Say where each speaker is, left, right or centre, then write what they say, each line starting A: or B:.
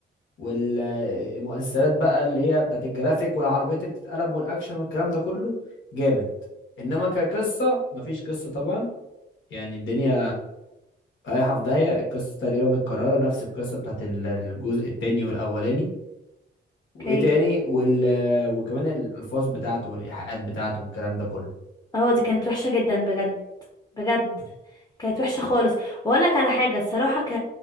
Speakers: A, on the left; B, on the left.
A: والمؤثرات بقى اللي هي بتاعت الجرافيك والعربيات اللي بتتقلب والاكشن والكلام ده كله جامد انما كقصه مفيش قصه طبعا يعني الدنيا رايحه في داهيه القصه تقريبا متكرره نفس القصه بتاعت ال- الجزء التاني والاولاني وايه
B: اوكي
A: تاني وال... وكمان الالفاظ بتاعته والايحاءات بتاعته والكلام ده كله
B: اه دي كانت وحشة جدا بجد بجد كانت وحشة خالص واقول لك على حاجة الصراحة ك...